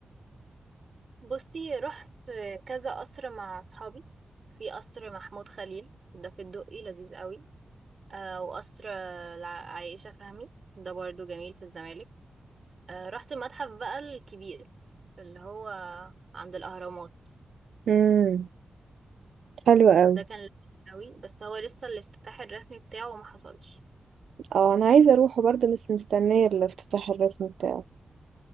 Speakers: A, on the right (about 40°); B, on the right (about 80°).
A: بصي رحت كذا قصر مع اصحابي في قصر محمود خليل ده في الدقي لذيذ قوي آه وقصر الع- عائشة فهمي ده برضو جميل في الزمالك آه، رحت المتحف بقى الكبير اللي هو عند الأهرامات
B: امم حلو قوي
A: ده كان لذيذ قوي بس هو لسه الافتتاح الرسمي بتاعه ما حصلش
B: اه انا عايزه اروحه برضه بس مستنيه الافتتاح الرسمي بتاعه